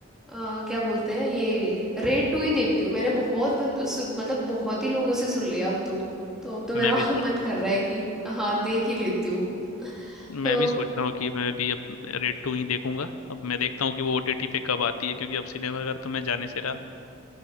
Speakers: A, in the centre; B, on the left (about 85°).
A: अ, क्या बोलते हैं ये रेड टू ही देखती हूँ मैंने बहुत बंद उस- मतलब बहुत ही लोगों से सुन लिया अब तो तो अब तो
B: मैं
A: मेरा
B: भी
A: <laughs>
B: सोच
A: मन कर रहा है कि हाँ देख ही लेती हूँ तो
B: मैं भी सोच रहा हूँ कि मैं भी अब रेड टू ही देखूंगा अब मैं देखता हूँ कि वो ओटीटी पे कब आती है क्योंकि अब सिनेमाघर तो मैं जाने से रहा